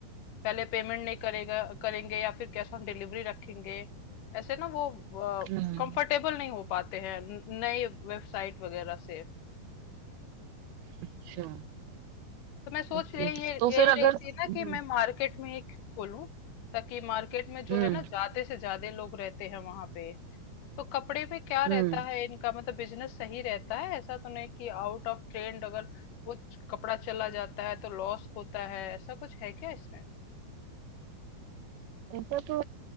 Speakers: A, on the left; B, on the right.
A: पहले पेमेंट नहीं करेगा करेंगे या फिर कैश ऑन डिलीवरी रखेंगे ऐसे ना वो
B: हम्म,
A: कंफर्टेबल नहीं हो पाते हैं न- नए वेबसाइट वगैरह से
B: अच्छा
A: तो मैं सोच
B: ओके
A: रही ये
B: तो
A: यही
B: फिर
A: रही
B: अगर
A: थी
B: हम्म
A: ना कि मैं मार्केट में ही खोलूं ताकि मार्केट में जो
B: हम्म
A: है ना ज्यादा से ज्यादा लोग रहते हैं वहां पे तो कपड़े में क्या
B: हम्म।
A: रहता है इनका मतलब बिजनेस सही रहता है ऐसा तो नहीं कि आउट ऑफ ट्रेंड अगर वो कपड़ा चला जाता है तो लॉस होता है ऐसा कुछ है क्या इसमें
B: ऐसा तो